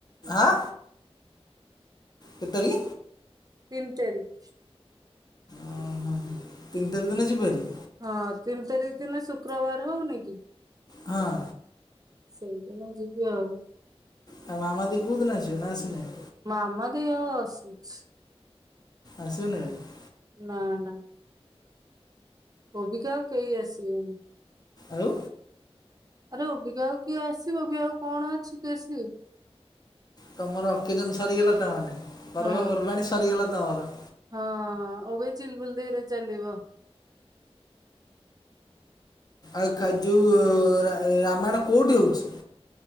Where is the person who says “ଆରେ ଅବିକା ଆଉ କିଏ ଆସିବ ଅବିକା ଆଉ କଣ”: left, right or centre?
Right